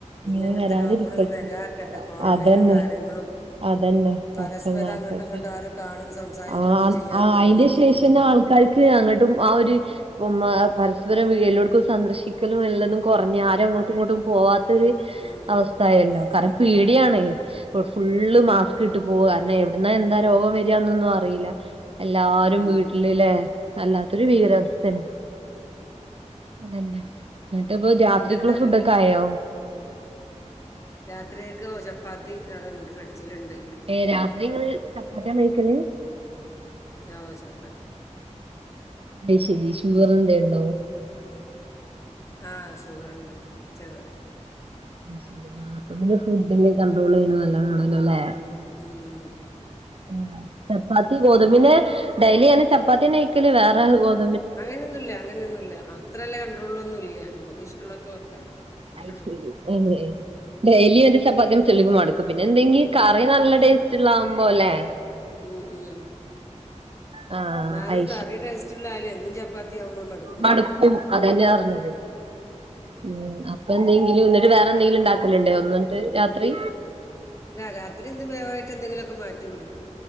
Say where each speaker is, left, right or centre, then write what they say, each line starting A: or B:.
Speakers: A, on the right; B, on the left.
A: ഇങ്ങനെ
B: ഇനി അങ്ങൻത്തെ
A: വരാതിരിക്കട്ടെ
B: രോഗങ്ങളൊന്നും വരാക്കട്ടെ ക്വാറന്റയിനും
A: അതന്നെ
B: കാര്യങ്ങളും
A: അതന്നെ പടച്ചോൻ
B: പരസ്പരം
A: കാക്കട്ടെ,
B: അങ്ങോട്ടും ഇങ്ങോട്ടും ആരും കാണും സംസാരിക്കൊന്നും
A: ആഹ്
B: ചെയ്യാത്തൊരു
A: അയിന്റെ
B: രീതിയില്
A: ശേഷന്നെ ആൾക്കാര്ക്ക് ഇപ്പ അയിന് അങ്ങട്ടും ആ ഒര് മാ പരസ്പര വി എല്ലോട്ക്കും സന്ദർശിക്കലും എല്ലതും കൊർഞ്ഞ് ആരും എങ്ങോ എങ്ങോട്ടും പോവാത്തൊര്
B: ഉം
A: അവസ്ഥ ആയല്ലോ,
B: രീതിയില്
A: കാരണപേടിയാണ്.
B: ഉം
A: ഇപ്പ, ഫുള്ള് മാസ്ക് ഇട്ട് പോവ് അല്ലേ എവിട്ന്നാ എന്താ രോഗം വര്ന്നൊന്നും അറിയില്ല. എല്ലാരും
B: ഉം
A: വീട്ടില്ല്ലേ വല്ലാത്തൊരു ഭീകരാവസ്ഥ
B: ഉം
A: തന്നെ. അതെന്നെ, ഇന്നിട്ട് ഇപ്പ രാത്രിക്ക്ള്ള
B: പിന്നെന്താ
A: ഫുഡൊക്കെ ആയോ?
B: രാത്രിയേക്ക് ചപ്പാത്തി അടണ്ട് ഫ്രിഡ്ജില്ണ്ട്.
A: ഏഹ് രാത്രി ഇങ്ങള് ചപ്പാത്തി ആണോ കഴിക്കല്?
B: എല്ലാവു ചപ്പാത്തിയ.
A: അഹ് ശെരി ഷുഗർ എന്തെ ഇണ്ടോ?
B: ആഹ് ഷുഗർണ്ട് ചെറ്തായി.
A: അഹ് ശെരി ആ അപ്പ പിന്നെ ഫുഡെല്ലാ കണ്ട്രോളെയ്യ്ണത് നല്ലതാണല്ലെലേ.
B: മ് മ്
A: ഏഹ്, ചപ്പാത്തി ഗോതമ്പിന്റെ ഡയ്ലി അങ്ങനെ ചപ്പാത്തിന്നെ കയ്ക്കല് വേറെ ഗോത്
B: അങ്ങനെയൊന്നു ഇല്ല അങ്ങനെയൊന്നുല്ല, അത്രല്ല കണ്ടട്രോളിലൊന്നു ഇല്ല. നമ്മക്ക് ഇഷ്ടള്ളൊക്കെ വെക്കാ. അത്രേള്ളൂ
A: അയി ശെരി <unintelligible> ഡെയ്ലി ഒര് ചപ്പത്തിന്നെ ചെലർക്ക് മട്ക്കും. പിന്നെ, എന്തെങ്കിം കറി നല്ല ടേസ്റ്റ് ഇള്ളാവുമ്പോല്ലേ.
B: ഉം ഉം
A: ആ
B: ഇന്നാലും
A: അത്
B: കറി ടേസ്റ്റ ഇള്ളായാലും എന്നും ചാത്തിയാവുമ്പ മട്
A: മട്ക്കും അതന്നെ പറഞ്ഞത്. ഉം അപ് ഇപ്പ എന്തെങ്കിലും ഇന്നിട്ട് വേറെ എന്തെങ്കിലും ഇണ്ടാക്കല്ണ്ട് ഇന്നിട്ട് രാത്രി.
B: രാ രാത്രി എന്ത് വേറൊയിട്ട് എന്തെങ്കിലൊക്കെ മാറ്റി പിടി